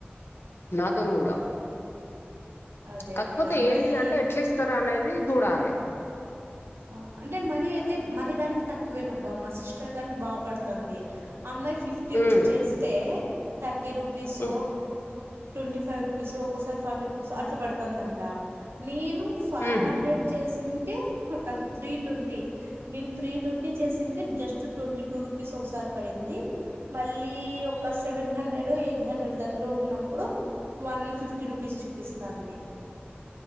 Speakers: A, on the left; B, on the right.
A: నాతోను కూడా
B: అదే
A: కాకపోతే
B: అదే అమ్మాయిది
A: ఏంది అంటే ఎట్లా ఇస్తారు అనేది చూడాలి
B: ఆ అంటే మనీ అయితే మనీ దానికి తక్కువేనబ్బా మా సిస్ టర్ దానికి బా పడతాంది ఆ అమ్మాయి ఫిఫ్టీ
A: హ్మ్
B: రూ చేస్తే థర్టీ రు పి సో
A: హ్మ్
B: ట్వంటీ ఫైవ్ రూపీసో ఒక్కోసారి ఫార్టీ రూపీసో అట్లా పడుతుందట నేను ఫైవ్
A: హుహు
B: హండ్రెడ్ చేసింటే కదు త్రీ ట్వంటీ మేము త్రీ ట్వంటీ చేసింటే జస్ట్ ట్వంటీ టూ రూపీస్ ఒకసారి పడింది మళ్ళీ ఒక సెవెన్ హండ్రెడో ఎయిట్ హండ్రెడో దగ్గర ఉన్నప్పుడు వన్ ఫిఫ్టీ రూపీస్ చూపిస్తాంది